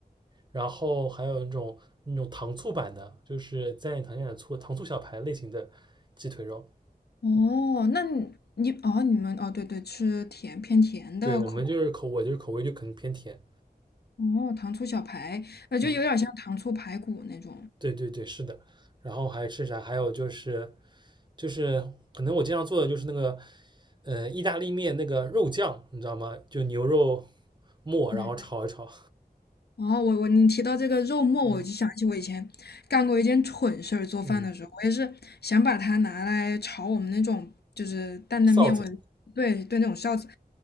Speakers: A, on the right; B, on the left.
A: 然后还有那种那种糖醋版的，就是蘸点糖蘸点醋，糖醋小排类型的鸡腿肉。
B: 哦，那你你哦，你们哦，对对，吃甜偏甜的口，
A: 对我们就是口，我就是口味就可能偏甜。
B: 哦，糖醋小排，呃，就有点像糖醋排骨那种，
A: 嗯，对对对，是的。然后还吃啥？还有就是就是可能我经常做的就是那个呃意大利面那个肉酱，你知道吗？就牛肉末，
B: 嗯。
A: 然后炒一炒。
B: 然后我我你提到这个肉末，
A: 嗯
B: 我就想起我以前干过一件蠢事儿。做饭的时候，
A: 嗯，
B: 我也是想把它拿来炒我们那种就是担担面或者对对那种臊子，
A: 臊子。